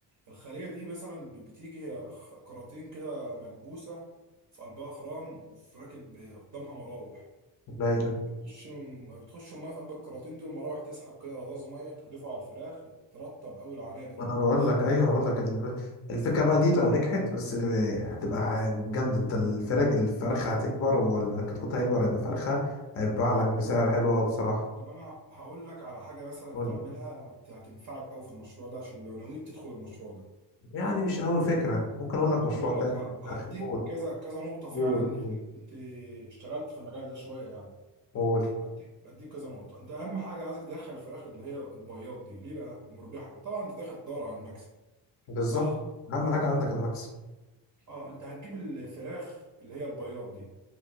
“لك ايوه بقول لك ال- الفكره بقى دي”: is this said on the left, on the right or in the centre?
Left